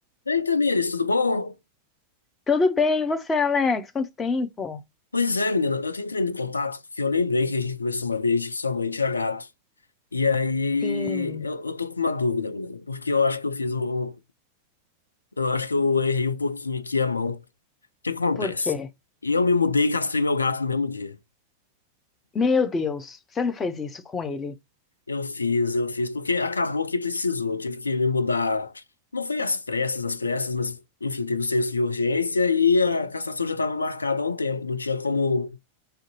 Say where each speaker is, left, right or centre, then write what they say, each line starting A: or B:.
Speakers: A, on the left (about 75°); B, on the left (about 20°).
A: E aí, Tamires, tudo bom?
B: Tudo bem, e você, Alex? Quanto tempo?
A: Pois é, menina, eu tô entrando em contato porque eu lembrei que a gente conversou uma vez que sua mãe tinha gato. E aí,
B: Sim,
A: eu, eu tô com uma dúvida, menina, porque eu acho que eu fiz um. Eu acho que eu errei um pouquinho aqui a mão. O que acontece?
B: por quê?
A: Eu me mudei e castrei meu gato no mesmo dia.
B: Meu Deus, você não fez isso com ele?
A: Eu fiz, eu fiz, porque acabou que precisou. Eu tive que me mudar. Não foi às pressas, às pressas, mas, enfim, teve o senso de urgência e a castração já estava marcada há um tempo. Não tinha como